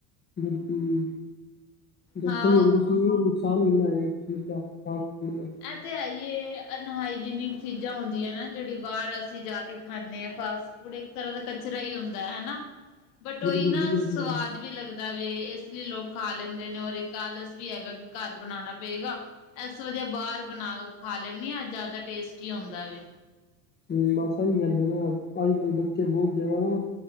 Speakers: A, on the left (about 20°); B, on the left (about 70°).
A: ਬਿਲਕੁਲ ਦੇਖੋ
B: ਹਾਂ
A: ਜੀ ਚ ਨੁਕਸਾਨ ਕਿੰਨਾ ਹੈਗਾ ਇਸ ਚੀਜ਼ ਦਾ ਫਾਸ ਫੂਡ ਦਾ
B: ਇਹ ਤਾਂ ਆ ਹੀਏ ਅਨਹਾਈਜੀਨਿਕ ਚੀਜ਼ਾਂ ਹੁੰਦੀਆਂ ਨਾ ਜਿਹੜੀ ਬਾਹਰ ਅਸੀਂ ਜਾ ਕੇ ਖਾਂਦੇ ਹਾਂ ਫਾਸਟ ਇੱਕ ਤਰ੍ਹਾਂ ਦਾ ਕਚਰਾ ਹੀ ਹੁੰਦਾ ਹਨਾ ਬਟ ਉਹੀ
A: ਬਿਲਕੁਲ
B: ਨਾ
A: ਬਿਲਕੁਲ
B: ਸਵਾਦ ਵੀ ਲੱਗਦਾ ਦਾਵੇ ਇਸ ਲਈ ਲੋਕ ਖਾ ਲੈਂਦੇ ਨੇ ਔਰ ਇਹ ਆਲਸ ਵੀ ਹੈਗਾ ਘਰ ਬਣਾਉਣਾ ਪਏਗਾ ਇਸ ਵਜ੍ਹਾ ਬਾਹਰ ਬਣਾ ਖਾ ਲੈਂਦੀ ਹਾਂ ਜ਼ਿਆਦਾ ਟੇਸਟੀ ਆਉਂਦਾ ਵ
A: ਹਮ ਬਸ ਸਹੀ ਗੱਲ ਹੈ ਨਾ ਅੱਜ ਕੱਲ੍ਹ ਬੱਚੇ ਬਹੁਤ ਜਿਆਦਾ ਨਾ